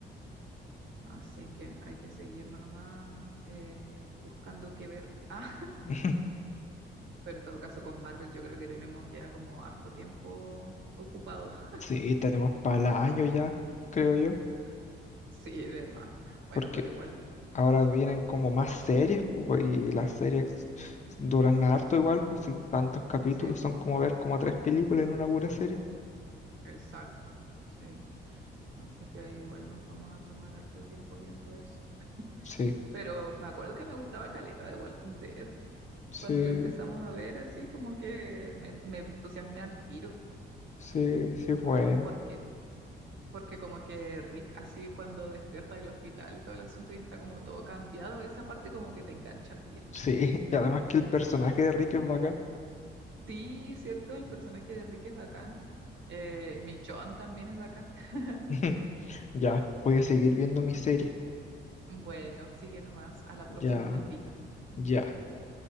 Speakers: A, on the right; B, on the left.
A: así que hay que seguir nomás eh, buscando qué ver. Ah,
B: <laughs>
A: <laughs> pero en todo caso con Marvel yo creo que tenemos ya como harto tiempo ocupado. <laughs>
B: Sí, tenemos para año ya, creo yo,
A: Sí, sí, de más. Bueno,
B: porque
A: pero igual.
B: ahora vienen como más series, pues, y las series duran harto igual, pues, y tantos capítulos
A: Sí, pues,
B: son como ver como tres películas en una pura serie.
A: exacto, sí. Así que ahí igual nos vamos a tomar harto tiempo viendo eso.
B: Sí,
A: Pero me acuerdo que me gustaba caleta de Walking Dead.
B: sí,
A: Cuando la empezamos a ver así, como que me, me entusiasmé al tiro,
B: sí, sí, es buena.
A: porque, porque como que Rick así cuando despierta del hospital y todo el asunto y está como todo cambiado, esa parte como que te engancha al tiro.
B: Sí, <laughs> y además que el personaje de Rick es bacán.
A: Sí, cierto, el personaje de Rick es bacán. Eh, Michonne también es bacán. <laughs>
B: <laughs> Ya, voy a seguir viendo mi serie.
A: Bueno, sigue nomás. A la próxima
B: Ya,
A: me invitas.
B: ya,